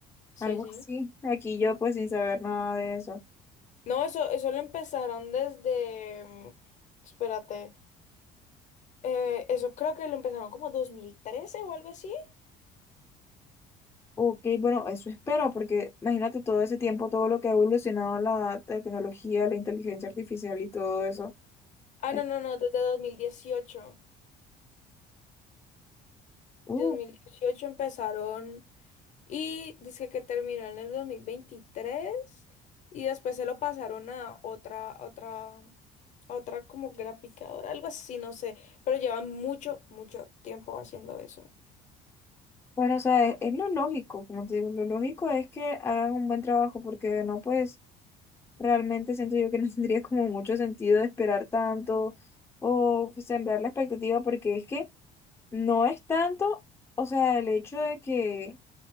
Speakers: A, on the left; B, on the left.
A: Sí,
B: Algo
A: sí.
B: así. Aquí yo pues sin saber nada de eso.
A: No, eso, eso lo empezaron desde, mm, espérate, eh, eso creo que lo empezaron como 2013 o algo así.
B: Ok, bueno, eso espero, porque imagínate todo ese tiempo, todo lo que ha evolucionado la tecnología, la inteligencia artificial y todo eso.
A: Ah,
B: En-
A: no, no, no, desde dos dos mil dieciocho
B: Uh,
A: dos mil dieciocho empezaron y dice que terminó en el 2023 y después se lo pasaron a otra, a otra, a otra como graficadora, algo así, no sé, pero llevan mucho, mucho tiempo haciendo eso.
B: bueno, o sea, es, es lo lógico, como te digo, lo lógico es que hagan un buen trabajo, porque de no, pues realmente siento yo que no <laughs> tendría como mucho sentido de esperar tanto o sembrar la expectativa, porque es que no es tanto, o sea, el hecho de que,